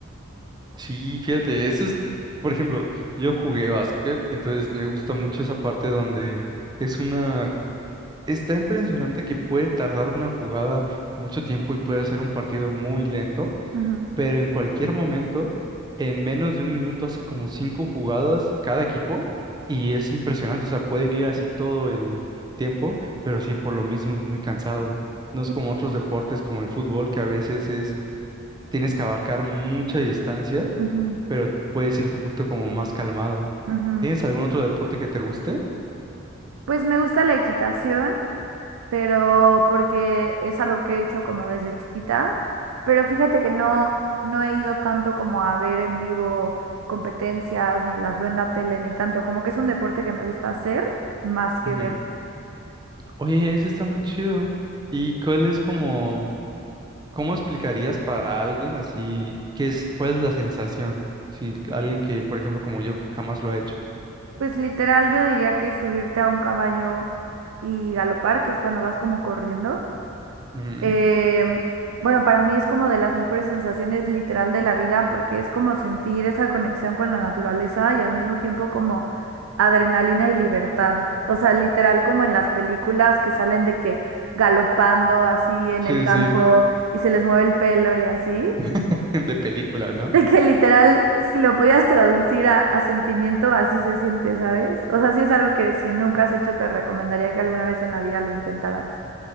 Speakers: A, on the right; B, on the right.
A: Sí, fíjate, eso es, por ejemplo, yo jugué básquet, entonces me gusta mucho esa parte donde es una, está impresionante que puede tardar una jugada mucho tiempo y puede ser un partido muy lento
B: Ujú.
A: pero en cualquier momento, en menos de un minuto hacen como cinco jugadas cada equipo y es impresionante, o sea, pueden ir así todo el tiempo, pero sí por lo mismo es muy cansado. No es
B: Sí.
A: como otros deportes como el fútbol, que a veces es, tienes que abarcar mucha distancia,
B: Ujú,
A: pero puedes ir un poquito como más calmado.
B: ujú.
A: ¿Tienes algún otro deporte que te guste?
B: Pues me gusta la equitación pero porque es algo que he hecho como desde chiquita, pero fíjate que no, no he ido tanto como a ver en vivo competencias, ni las veo en la tele, ni tanto, como que es un deporte que me gusta hacer más que
A: Ujú.
B: ver.
A: Oye, ese está muy chido. ¿Y cuál es como ¿Cómo explicarías para alguien así qué es, cuál es la sensación? Si alguien que, por ejemplo, como yo, que jamás lo ha hecho.
B: Pues literal yo diría que subirte a un caballo y galopar, que es cuando vas como corriendo.
A: Ujú.
B: Eh, bueno, para mí es como de las mejores sensaciones literal de la vida porque es como sentir esa conexión con la naturaleza y al mismo tiempo como adrenalina y libertad. O sea, literal como en las películas que salen de que galopando así en
A: Sí,
B: el campo
A: sí,
B: y se les mueve el pelo y así. <laughs>
A: <laughs> de película, ¿no?
B: De que literal, si lo pudieras traducir a, a sentimiento, así se siente, ¿sabes? O sea, sí es algo que si nunca has hecho, te recomendaría que alguna vez en la vida lo intentaras.